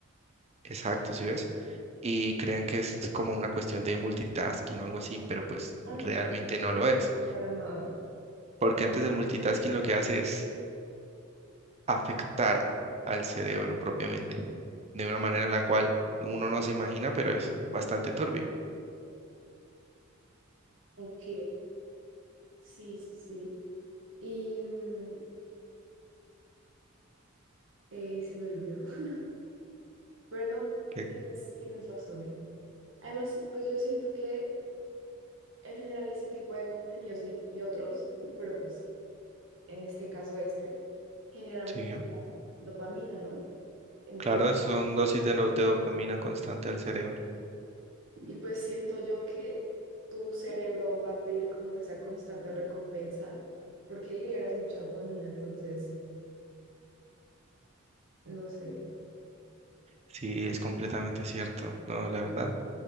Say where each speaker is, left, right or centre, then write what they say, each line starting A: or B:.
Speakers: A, on the right (about 30°); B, on the right (about 65°).
A: exacto, ¿sí ves? Y crean que es como una cuestión de multitasking o algo así, pero pues
B: Ah,
A: realmente
B: no,
A: no lo es.
B: para nada.
A: Porque antes el multitasking lo que hace es afectar al cerebro propiamente, de una manera en la cual uno no se imagina, pero es bastante turbia.
B: Ok, sí, sí, sí. Y mm, eh, se me olvidó. <laughs> Pero no,
A: Que-
B: tienes, tienes razón. Además, pues yo siento que en general ese tipo de contenidos y, y otros, pero pues en este caso este, genera
A: Sí,
B: mucha dopamina, ¿no? Entonces,
A: claro, son dosis de, do- de dopamina constante al cerebro.
B: y pues siento yo que tu cerebro va a pedir como esa constante recompensa, porque ahí liberas mucha dopamina, entonces, no sé.
A: Sí, es completamente cierto. No, la verdad,